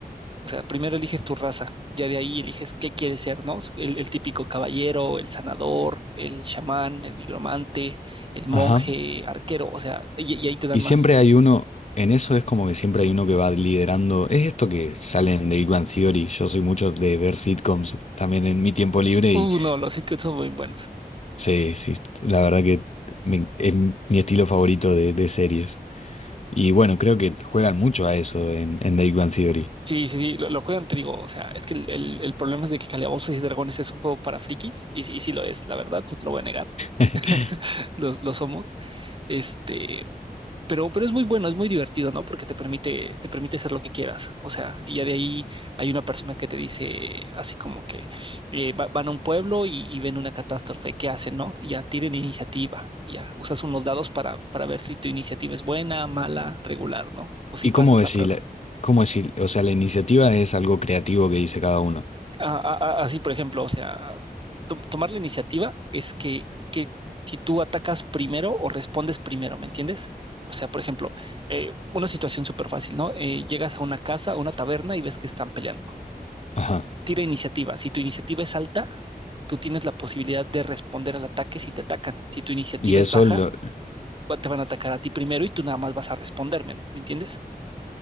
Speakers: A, on the right; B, on the left.
A: O sea, primero eliges tu raza, ya de ahí eliges qué quieres ser, ¿no? El, el típico caballero, el sanador, el chamán, el nigromante, el monje,
B: Ajá.
A: arquero, o sea, y, y ahí te dan
B: Y
A: más.
B: siempre hay uno, en eso es como que siempre hay uno que va liderando. Es esto que salen de Big Bang Theory. Yo soy mucho de ver sitcoms también en mi tiempo libre
A: Uh,
B: y
A: no, los sitcoms son muy buenos.
B: sí, sí, la verdad que me- es mi estilo favorito de, de series. Y bueno, creo que juegan mucho a eso en, en The Big Bang Theory.
A: Sí, sí, sí, lo, lo juegan, te digo, o sea, es que el, el- el problema es de que Calabozos y Dragones es un juego para frikis, y, sí y sí lo es, la verdad, no te lo voy a negar,
B: <laughs>
A: <laughs> los lo somos. Este, pero, pero es muy bueno, es muy divertido, ¿no? Porque te permite, te permite hacer lo que quieras. O sea, y ya de ahí hay una persona que te dice así como que eh, va- van a un pueblo y, y ven una catástrofe, ¿qué hacen, no? Y ya tiren iniciativa, y ya usas unos dados para, para ver si tu iniciativa es buena, mala, regular, ¿no? O si
B: ¿Y
A: pasas
B: cómo decir,
A: la prueba.
B: cómo decir, o sea, la iniciativa es algo creativo que dice cada uno?
A: a- a- a- así, por ejemplo, o sea, to- tomar la iniciativa es que, que si tú atacas primero o respondes primero, ¿me entiendes? O sea, por ejemplo, eh, una situación súper fácil, ¿no? Eh, llegas a una casa, a una taberna y ves que están peleando.
B: Ajá.
A: Tira iniciativa. Si tu iniciativa es alta, tú tienes la posibilidad de responder al ataque si te atacan. Si tu iniciativa
B: Y eso,
A: es baja,
B: lo,
A: va- te van a atacar a ti primero y tú nada más vas a responderme, ¿me entiendes?